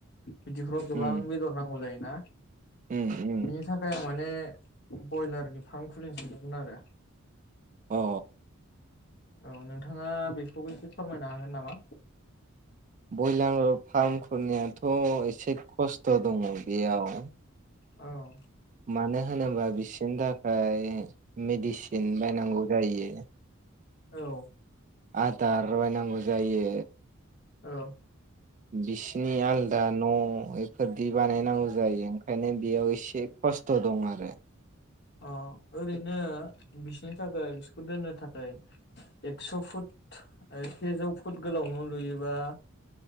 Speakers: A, on the left; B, on the right.
A: बिदिफ्राव गोबां
B: उम
A: बेदर नांगौ जायो। ना
B: उम उम
A: बिनि थाखाय माने बयलारनि फार्म खुलिनो सानदोंमोन आरो <inaudible>
B: अ
A: औ नोंथाङा बेखौबो एसे फोरमायनो हागोन नामा?
B: ब्रयलार फारम खुलिनाया थ' एसे खस्थ खस्थ' दङ बेयाव
A: औ
B: मानो होनोबा बिसोरनि थाखाय मेडिसिन बायनांगौ जायो
A: औ
B: आदार बायनांगौ जायो।
A: औ
B: बिसिनि आलदा न' बेफोरदि बानायनांगौ जायो ओंखायनो बेयाव इसे खस्थ' दं आरो।
A: अ ओरैनो बिसनि थाखाय बिसोरखौ दोननो थाखाय एक्स' फुट सेजौ फुट गोलाव न लुयोबा